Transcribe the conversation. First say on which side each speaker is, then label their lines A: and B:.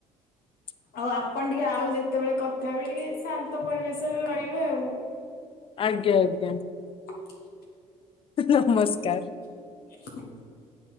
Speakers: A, on the left (about 30°); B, on the left (about 55°).
A: <inaudible>
B: ଆଉ ଆପଣ ଟିକେ ଆଉ ଯେତେବେଳେ କଥା ହେବେ ଟିକେ ଶାନ୍ତ ପରିବେଶରେ ରହିବେ ଆଉ।
A: ଆଜ୍ଞା ଆଜ୍ଞା
B: <unintelligible>
A: ନମସ୍କାର।
B: <inaudible>